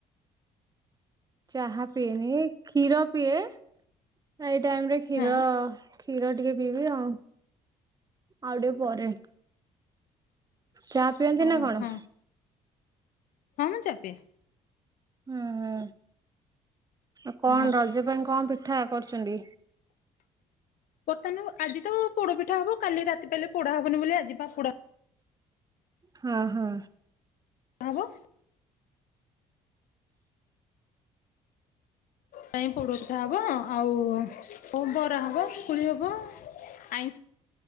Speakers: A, on the right (about 20°); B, on the left (about 55°).
A: ଚାହା ପିଏନି କ୍ଷୀର ପିଏ। ଏଇ ଟାଇମ ରେ କ୍ଷୀର
B: ହଁ
A: କ୍ଷୀର ଟିକେ ପିଇବି ଆଉ ଆଉ ଟିକେ ପରେ ଚା ପିଅନ୍ତି
B: ହଁ
A: ନା କଣ?
B: ହଁ। ହଁ ମୁଁ ଚାହା ପିଏ।
A: ହୁଁ ଆ କଣ
B: ହଁ।
A: ରଜ ପାଇଁ କଣ ପିଠା କରୁଛନ୍ତି?
B: ବର୍ତ୍ତାନୁ ଆଜି ତ ପୋଡ ପିଠା ହବ କାଲି ରାତି ପାଇଲେ ପୋଡା ହବନି ବୋଲି ଆଜି ପା ପୋଡା
A: ହଁ ହଁ
B: ହବ? କାଇଁ ପୋଡ଼ ପିଠା ହବ ଆଉ ଉ ବରା ହବ ପୁଳି ହବ ଆଇଁଷ